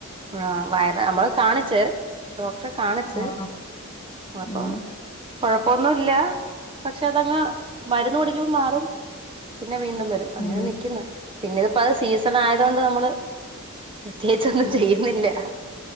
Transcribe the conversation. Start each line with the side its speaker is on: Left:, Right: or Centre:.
Right: ആഹ് വയറ് നമ്മള് കാണിച്ച്. ഡോക്ടറെ കാണിച്ച്
Left: ആ
Right: അപ്പൊ
Left: ഉം
Right: കൊഴപ്പൊന്നു ഇല്ല. പക്ഷെ അതങ്ങ് മരുന്ന് കുടിക്കുമ്പോ മാറും. പിന്നെ വീണ്ടും വരും. അങ്ങനെ
Left: ഉം
Right: നിക്ക്ന്ന്. പിന്നെ ഇതിപ്പോ അത് സീസണായതോണ്ട് നമ്മള് എത്തി
Left: ഉം
Right: തീര്ന്നില്ല.